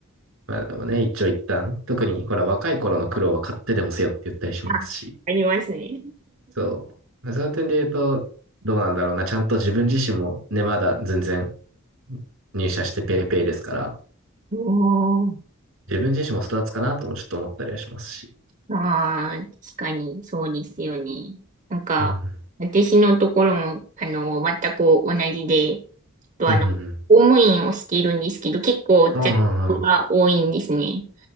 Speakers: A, on the right; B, on the right.
A: まあでもね、一長一短。特に、ほら、若い頃の苦労は買ってでもせよって言ったりしますし。
B: あ、ありますね。
A: そう。その点で言うと、どうなんだろうな。ちゃんと自分自身もね、まだ全然入社してペーペーですから、
B: おー。
A: 自分自身も育つかなともちょっと思ったりはしますし。
B: ああ、確かに、そうですよね。なんか、
A: うんうん。
B: 私のところも、あの、全く同じで、とあの、
A: うんうんうん。
B: 公務員をしているんですけど、結構、
A: うんうんうん
B: 雑務が多いんですね。